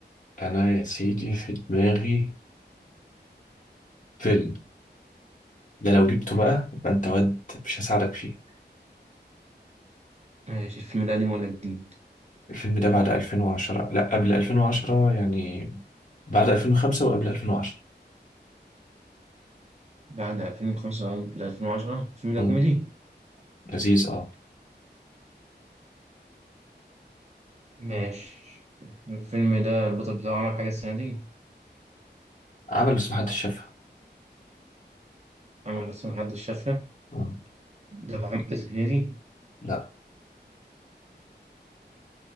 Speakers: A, on the left (about 45°); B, on the right (about 40°).
A: أنا يا سيدي في دماغي فيلم ده لو جبته بقى يبقى أنت واد مش هساعدك فيه
B: ماشي الفيلم ده قديم ولا جديد؟
A: الفيلم ده بعد 2010 لا قبل 2010 يعني بعد 2005 وقبل 2010
B: بعد 2005 ل 2010 الفيلم ده
A: امم
B: كوميدي؟
A: لذيذ اه
B: ماشي الفيلم ده البطل بتاعه عمل حاجة السنة دي؟
A: عمل بس محدش شافها
B: عمل بس محدش شافها
A: امم
B: ده محمد الزهيري
A: لا